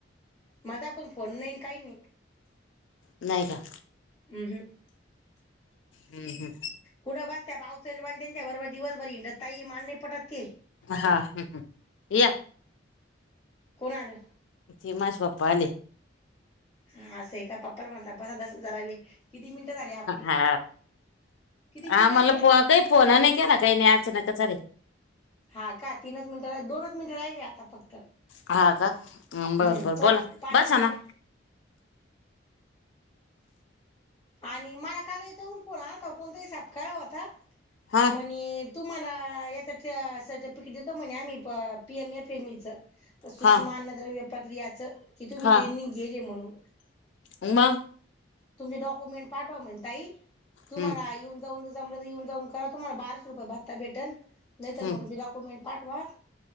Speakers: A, on the left (about 20°); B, on the left (about 70°).
A: मला तेवा पहून फोन नाहीन काही नाही.
B: नाय का?
A: अम्म हम्म.
B: हम्म हम्म.
A: कुठं बसत्या बावचळेल वानी त्यांच्या बरोबर दिवसभरी हिंडत ताई. माल नाही पटत ते.
B: हा हम्म हम्म. या.
A: कोण आलं?
B: ती माझे पप्पा आलेय.
A: हा असाय का? पप्पाला म्हणा आता बासा दस जारा वेळ. किती मिनिटं झाले आपले
B: हा
A: किती मिनिटं
B: आ
A: झाले
B: मला पहा काही फोनं नाही केला त्यांयनी. अचानकच आले ते.
A: हा का? तीनच मिनिट रा दोनच मिनिटं राहिले आता फक्त. हम्म,
B: हा का बर बर
A: च
B: बोला
A: पाणी
B: बसा
A: बीणी
B: ना
A: द्या. आणि मला काल याच्याहून फोन आलता. कोणतरी सपकाळ होता.
B: हा
A: म्हणी तुम्हाला याच्यात सर्टिफिकेट देतो. म्हणे आम्ही. P M F M E च. सूक्ष्मअन्नद्रव्य
B: हा
A: प्रक्रियाच. की तुम्ही
B: हा
A: ट्रेननींग गेले म्हणून.
B: मग.
A: तुमचे डॉक्युमेंट पाठवा म्हणताई, तुम्हाला
B: हम्म
A: येऊन येऊन-जाऊ जमलं तर येऊन-जाऊन करा तुम्हाला बाराशे रुपये भत्ता भेटन, नाही तर
B: हम्म
A: मग तुमचे डॉक्युमेंट पाठवा